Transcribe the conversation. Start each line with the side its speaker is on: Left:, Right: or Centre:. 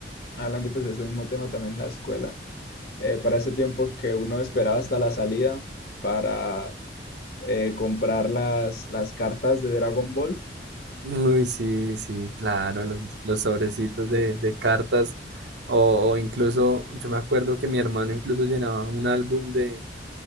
Left: hablando pues de ese mismo tema también en la escuela, eh, para ese tiempo que uno esperaba hasta la salida para eh, comprar las, las cartas de Dragon Ball.
Right: Uy, sí, sí, claro, los, los sobrecitos de, de cartas o, o incluso, yo me acuerdo que mi hermano incluso llenaba un álbum de,